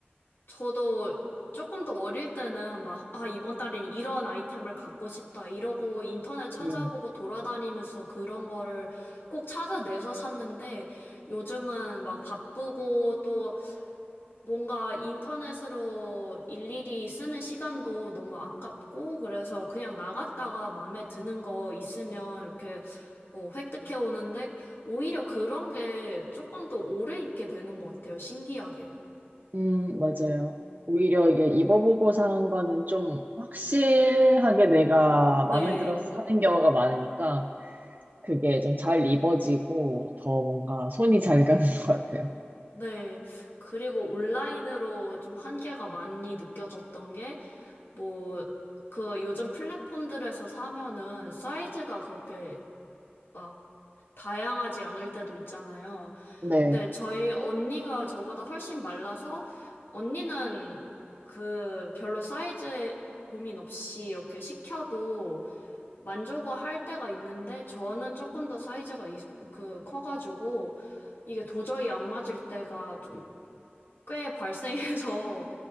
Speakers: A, on the left; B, on the right.
A: 저도 조금 더 어릴 때는 막, 아, 이번 달엔 이런 아이템을 갖고 싶다. 이러고 인터넷 찾아보고
B: 음.
A: 돌아다니면서 그런 거를 꼭 찾아내서 샀는데 요즘은 막 바쁘고 또 뭔가 인터넷으로 일일이 쓰는 시간도 너무 아깝고 그래서 그냥 나갔다가 마음에 드는 거 있으면 이렇게 어, 획득해 오는데 오히려 그런 게 조금 더 오래 입게 되는 것 같아요. 신기하게.
B: 음, 맞아요. 오히려 이게 입어보고 산 거는 좀 확실하게 내가
A: 네.
B: 마음에 들어서 사는 경우가 많으니까 그게 좀 잘 입어지고 더 뭔가 손이 잘 가는 <laughs> 것 같아요.
A: 네. 그리고 온라인으로 좀 한계가 많이 느껴졌던 게, 뭐, 그 요즘 플랫폼들에서 사면은 사이즈가 그렇게 막 다양하지 않을 때도 있잖아요.
B: 네.
A: 근데 저희 언니가 저보다 훨씬 말라서, 언니는 그 별로 사이즈에 고- 고민 없이 이렇게 시켜도 만족을 할 때가 있는데, 저는 조금 더 사이즈가 이- 그 커가지고, 이게 도저히 안 맞을 때가 좀 꽤 발생해서